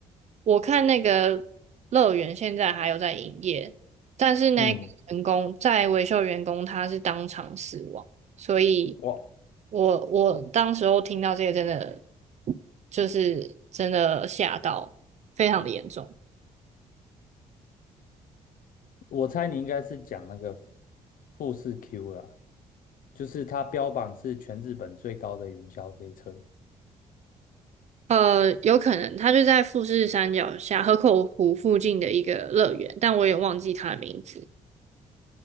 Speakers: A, on the right; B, on the left.
A: 我看那个乐园现在还有在营业，但是那个员工在维修员工他是当场死亡，
B: 嗯，
A: 所以
B: 我
A: 我我当时候听到这个真的就是真的吓到，非常的严重。
B: 我猜你应该是讲那个富士 Q 啦，就是它标榜是全日本最高的云霄飞车。
A: 呃，有可能他就在富士山脚下河口湖附近的一个乐园，但我也忘记他的名字。